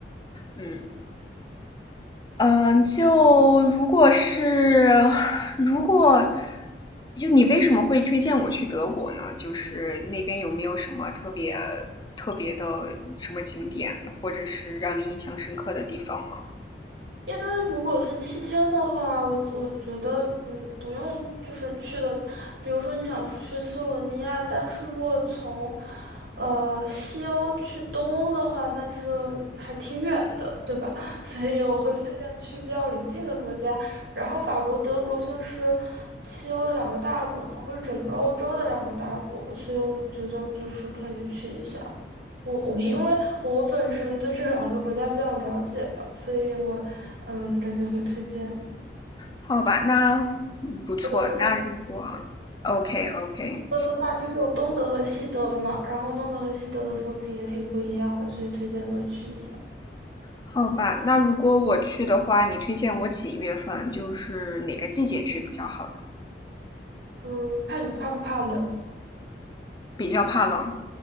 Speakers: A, on the left; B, on the right.
A: 嗯。嗯，就如果是 <sighs> 如果就你为什么会推荐我去德国呢？就是那边有没有什么特别特别的什么景点，或者是让你印象深刻的地方吗？
B: 因为如果是七天的话，我我觉得，嗯，不用就是去的，比如说你想去斯洛文尼亚，但是如果从，呃，西欧去东欧的话，那这个还挺远的，对吧？<laughs> 所以我会推荐去比较邻近的国家，然后法国、德国算是西欧的两个大国嘛，或者整个欧洲的两个大国，所以我觉得就是可以去一下。我我因为我本身对这两个国家比较了解吧，所以我嗯感觉会推荐
A: 好吧，那嗯不错。
B: 德国。
A: 那如果 OK OK，
B: 德国的话就是有东德和西德嘛，然后东德和西德的风情也挺不一样的，所以推荐都去一下。
A: 好吧，那如果我去的话，你推荐我几月份？就是哪个季节去比较好呢？
B: 嗯，看你怕不怕冷，
A: 比较怕冷